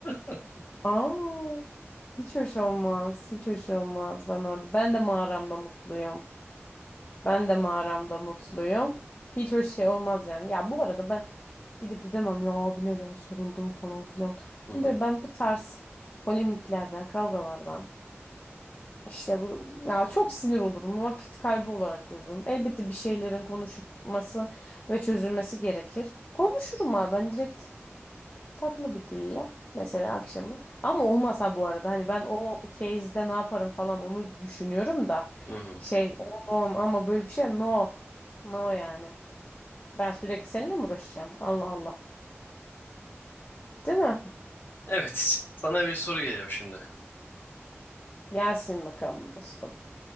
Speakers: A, on the left; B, on the left.
A: <laughs>
B: Aa, hiç hoş olmaz. Hiç hoş olmaz ben orada. Ben de mağaramda mutluyum. Ben de mağaramda mutluyum. Hiç hoş şey olmaz yani. Ya bu arada ben gidip de demem ya abi neden soruldum falan filan.
A: Hı
B: Hani
A: hı,
B: böyle ben bu tarz polemiklerden, kavgalardan işte bu ya çok sinir olurum. Vakit kaybı olarak görürüm. Elbette bir şeylerin konuşulması ve çözülmesi gerekir. Konuşurum abi ben direkt tatlı bir dille mesela akşamı. Ama olmasa bu arada hani ben o case'de ne yaparım falan onu düşünüyorum da
A: hı hı.
B: şey on on ama böyle bir şey no. No yani. Ben sürekli seninle mi uğraşacağım? Allah Allah. Değil mi?
A: Evet. Sana bir soru geliyor şimdi.
B: Gelsin bakalım dostum.